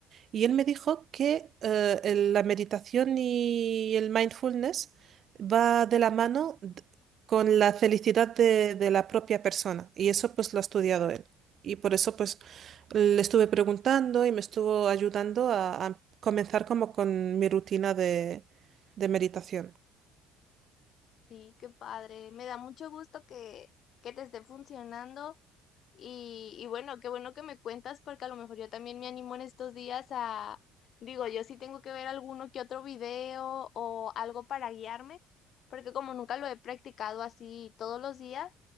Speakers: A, on the right; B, on the left.
A: Y él me dijo que eh, el- la meditación y el mindfulness va de la mano d- con la felicidad de, de la propia persona. Y eso pues lo ha estudiado él. Y por eso pues le estuve preguntando y me estuvo ayudando a, a comenzar como con mi rutina de, de meditación.
B: Sí, qué padre. Me da mucho gusto que, que te esté funcionando y, y bueno, qué bueno que me cuentas porque a lo mejor yo también me animo en estos días a, digo, yo sí tengo que ver alguno que otro video o algo para guiarme, porque como nunca lo he practicado así todos los días.